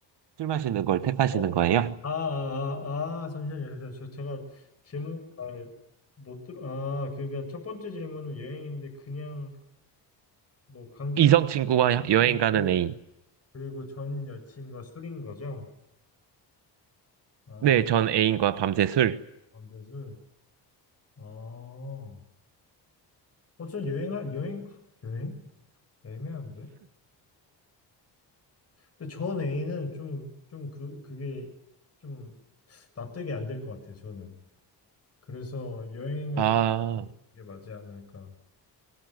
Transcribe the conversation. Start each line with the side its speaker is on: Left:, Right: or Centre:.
Right: 술 마시는 걸 택하시는
Left: 어?
Right: 거예요?
Left: 아, 아, 아, 아, 잠시만요. 잠시만요. 저, 제가 질문 잘못 들, 아, 그러니까 첫 번째 질문은 여행인데 그냥 뭐 관계가
Right: 이성
Left: 어
Right: 친구와
Left: 이상
Right: 여행
Left: 친구고
Right: 가는 애인.
Left: 그리고 전 여친과 술인 거죠? 아,
Right: 네, 전 애인과 밤새 술.
Left: 안돼술 아, 어, 전 여행할, 여행, 여행? 애매한데? 근데 전 애인은 좀, 좀 그, 그게 좀 납득이 안 될 것 같아요, 저는. 그래서 여행을
Right: 아,
Left: 찾는 게 맞지 않을까.